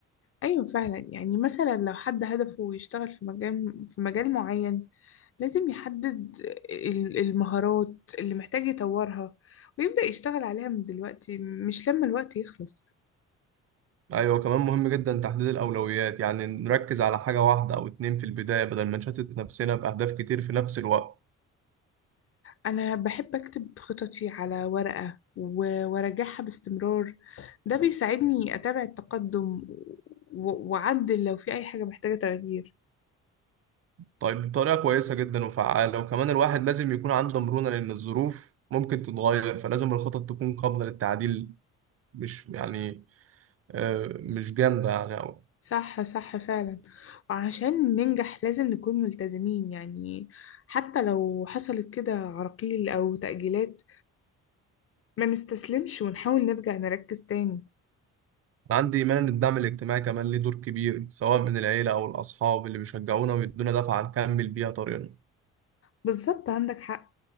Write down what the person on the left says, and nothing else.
أيوة فعلا يعني مثلا لو حد هدفه يشتغل في مجال في مجال معين لازم يحدد ال- المهارات اللي محتاج يطورها ويبدأ يشتغل عليها من دلوقتي مش لما الوقت يخلص
أنا بحب أكتب خططي على ورقة و- وأراجعها باستمرار ده بيساعدني أتابع التقدم و- وأعدل لو في أي حاجة محتاجة تغيير
صح صح فعلا وعشان ننجح لازم نكون ملتزمين يعني حتى لو حصلت كده عراقيل أو تأجيلات ما نستسلمش ونحاول نرجع نركز تاني
بالظبط عندك حق